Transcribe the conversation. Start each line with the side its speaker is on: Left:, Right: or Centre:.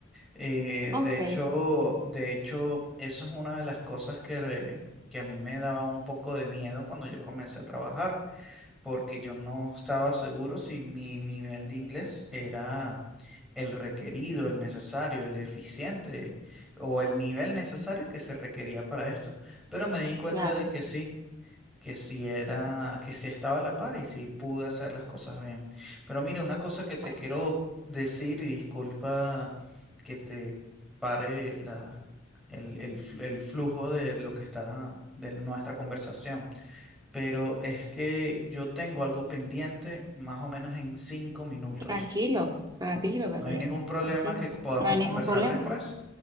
Centre: Eh,
Right: Ok,
Centre: de hecho, de hecho, eso es una de las cosas que, que a mí me daba un poco de miedo cuando yo comencé a trabajar, porque yo no estaba seguro si mi nivel de inglés era el requerido, el necesario, el eficiente o el nivel necesario que se requería para esto. Pero me di cuenta
Right: claro.
Centre: de que sí que si era, que si estaba a la par y si pude hacer las cosas bien. Pero mira, una cosa que te
Right: Bueno,
Centre: quiero decir, y disculpa que te pare la, el, el fl- el flujo de lo que está, de nuestra conversación, pero es que yo tengo algo pendiente más o menos en cinco minutos.
Right: tranquilo, tranquilo, Gabriel,
Centre: No hay ningún problema
Right: tranquilo.
Centre: que podamos
Right: No hay
Centre: conversar
Right: ningún problema.
Centre: después.